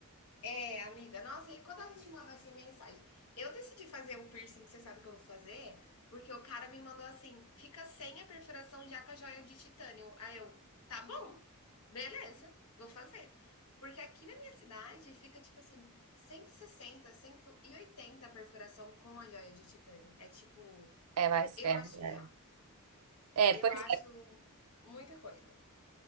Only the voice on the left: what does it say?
É, amiga, nossa, e quando a gente manda assim mensagem? Eu decidi fazer um piercing que você sabe que eu vou fazer, porque o cara me mandou assim: fica sem a perfuração já com a joia de titânio. Aí eu, tá bom, beleza, vou fazer. Porque aqui na minha cidade fica tipo assim, 160, 180 a perfuração com a joia de titânio. É tipo,
eu
acho real.
Eu
acho muita coisa.